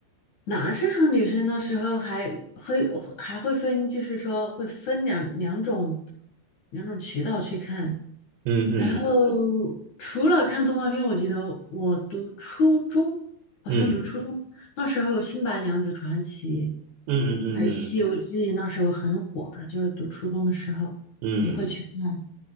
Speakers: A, on the left; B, on the right.
A: 男生和女生那时候还会还会分，就是说会分两两种两种渠道去看。
B: 嗯嗯
A: 然后除了看动画片，我记得我读初中，好像读初中那时候有《新白娘子传奇》，
B: 嗯嗯嗯嗯嗯嗯。
A: 还有《西游记》，那时候很火的，就是读初中的时候也会去看。
B: 嗯